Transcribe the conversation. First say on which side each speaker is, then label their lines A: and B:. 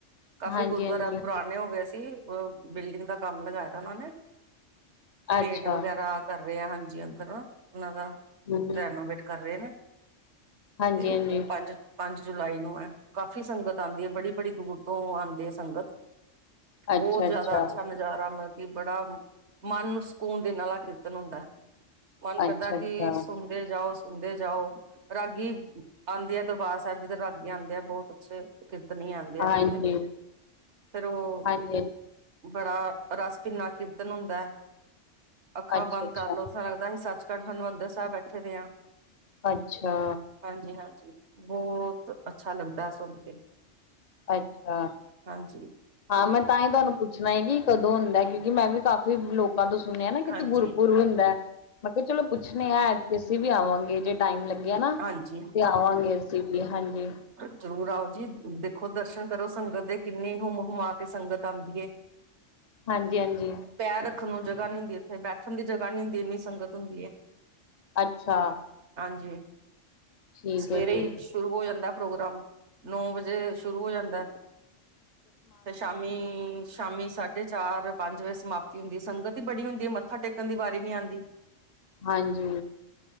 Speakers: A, on the right; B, on the left.
A: ਕਾਫ਼ੀ
B: ਹਾਂਜੀ-ਹਾਂਜੀ
A: ਗੁਰਦੁਆਰਾ ਪੁਰਾਨੇ ਹੋ ਗਏ ਸੀ ਬਿਲਡਿੰਗ ਦਾ ਕੰਮ ਲਗਾਯਾ ਦਾ ਓਨਾ ਨੇ। ਪੇਂਟ
B: ਅੱਛਾ
A: ਵਗੈਰਾ ਕਰ ਰੇ ਆ, ਹਾਂਜੀ ਅੰਦਰ ਨਾ ਓਨਾ ਦਾ
B: ਹੂੰ
A: ਰੈਨੋਵੇਟ। ਕਰ ਰੇਨ
B: ਹਾਂਜੀ-ਹਾਂਜੀ
A: ਤੇ ਓ ਪੰਜ ਪੰਜ ਜੁਲਾਈ ਨੂੰ ਐ, ਕਾਫ਼ੀ ਸੰਗਤ ਆਂਦੀ ਐ, ਬੜੀ-ਬੜੀ ਦੂਰ ਤੋ ਆਂਦੀ ਐ ਸੰਗਤ।
B: ਅੱਛਾ-ਅੱਛਾ
A: ਬੋਤ ਜਾਦਾ ਅੱਛਾ ਨਜਾਰਾ ਮਤਲਬ ਕੀ ਬੜਾ ਮਨ ਨੂੰ ਸਕੂਨ ਦੇਨ ਆਲਾ ਕੀਰਤਨ ਹੁੰਦੈ, ਮਨ ਕਰਦਾ
B: ਅੱਛਾ-ਅੱਛਾ
A: ਕਿ ਸੁਨ ਦੇ ਜਾਓ ਸੁਨਦੇ ਜਾਓ। ਰਾਗੀ ਆਂਦੇ ਆ ਦਰਬਾਰ ਸਾਹਿਬ ਜੀ ਦੇ, ਰਾਗੀ ਆਂਦੇ ਐ ਬੋਤ ਅੱਛੇ ਕੀਰਤਨੀਏ ਆਨ ਦੇ ਇਥੋਂ
B: ਹਾਂਜੀ
A: ਦੇ ਫਿਰ ਓ
B: ਹਾਂਜੀ-ਹਾਂਜੀ
A: ਬੜਾ ਰਸ ਕਿਨਾ ਕੀਰਤਨ ਹੁੰਦੈ, ਅੱਖਾਂ
B: ਅੱਛਾ-ਅੱਛਾ
A: ਬੰਦ ਕਰਲੋ। ਇਸ ਤਰਾਂ ਲੱਗਦਾ ਅਸੀ ਸੱਚਖੜ ਹਰਿਮੰਦਰ ਸੈਬ ਬੈਠੇ ਦੇ ਆਂ।
B: ਅੱਛਾ।
A: ਹਾਂਜੀ-ਹਾਂਜੀ ਬੋਤ ਅੱਛਾ ਲਗਦਾ ਸੁਨ ਕੇ।
B: ਅੱਛਾ।
A: ਹਾਂਜੀ।
B: ਹਾਂ ਮੈ ਤਾਂ ਹੀ ਤੁਆਨੂੰ ਪੁੱਛਣਾ ਹੀ ਕਿ ਕਦੋ ਹੁੰਦੈ ਕਿਉਕਿ ਮੈ ਵੀ ਕਾਫ਼ੀ ਲੋਕ ਲੋਕਾਂ ਤੋ ਸੁਨੇਆ ਨਾ ਕਿ ਏਥੇ
A: ਹਾਂਜੀ,
B: ਗੁਰਪੁਰਬ ਹੁੰਦੈ, ਮੈ ਕੇਆ ਚਲੋ ਪੁੱਛਨੇ ਆ ਐਤਕੀ ਅਸੀ ਵੀ ਆਵਾਂਗੇ ਜੇ ਟਾਈਮ ਲਗਿਆ ਨਾ ਤੇ
A: ਹਾਂਜੀ,
B: ਆਵਾਂਗੇ ਅਸੀਂ ਵੀ ਹਾਂਜੀ।
A: ਜਰੂਰ ਆਓ ਜੀ, ਦੇਖੋ ਦਰਸ਼ਨ ਕਰੋ ਸੰਗਤ ਦੇ ਕਿੰਨੀ ਹੁਮ-ਹੁਮਾ ਕੇ ਸੰਗਤ ਆਂਦੀ ਏ।
B: ਹਾਂਜੀ-ਹਾਂਜੀ।
A: ਪੈਰ ਰੱਖਨ ਨੂੰ ਜਗ੍ਹਾ ਨੀ ਹੁੰਦੀ ਏਥੇ, ਬੈਠਨ ਦੀ ਜਗ੍ਹਾ ਨੀ ਹੁੰਦੀ ਇੰਨੀ ਸੰਗਤ ਹੁੰਦੀ ਏ।
B: ਅੱਛਾ।
A: ਹਾਂਜੀ।
B: ਠੀਕ
A: ਸਵੇਰੇ
B: ਹੈ ਜੀ
A: ਈ ਸ਼ੁਰੂ ਹੋ ਜਾਂਦਾ ਪ੍ਰੋਗਰਾਮ, ਨੋ ਵਜੇ ਸ਼ੁਰੂ ਹੋ ਜਾਂਦੈ। ਤੇ ਸ਼ਾਮੀ ਸ਼ਾਮੀ ਸਾਢੇ ਚਾਰ-ਪੰਜ ਵਜੇ ਸਮਾਪਤੀ ਹੁੰਦੀ, ਸੰਗਤ ਈ ਬੜੀ ਹੁੰਦੀ ਏ ਮੱਥਾ ਟੇਕਨ ਦੀ ਵਾਰੀ ਨੀ ਆਂਦੀ।
B: ਹਾਂਜੀ।